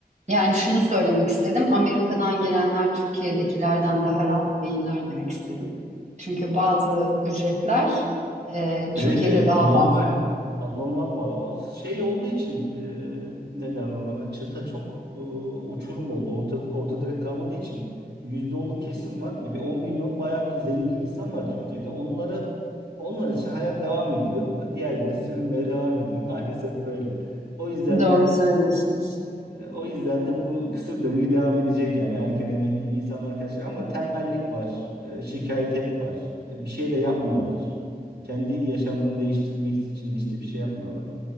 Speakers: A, on the right (about 45°); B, on the right (about 90°).
A: Yani şunu söylemek istedim. Amerika'dan gelenler Türkiye'dekilerden daha rahat değiller demek istedim. Çünkü bazı ücretler e,
B: Evet
A: Türkiye'de
B: evet
A: daha
B: anormal.
A: fazla.
B: Anormal pahalı. O şey olduğu için e, ne derler ona çıta çok e, uçurum oldu. Orta, orta direkt kalmadığı için yüzde onluk kesim var. E, bir 10 milyon bayağı bir zengin insan var Türkiye'de. Onları onlar için hayat devam ediyor. Diğerleri sürünmeye devam ediyor. <laughs> Maalesef böyle. O yüzden
A: Doğru
B: de
A: söylüyorsunuz.
B: e, O yüzden de bu kısır döngü devam edecek yani erken emekli insanlar kaçacak ama tembellik var, e, şikayet hep var. E, Bir şey de yapmıyorlar. Kendi yaşamlarını değiştirmek için de işte bir şey yapmıyorlar.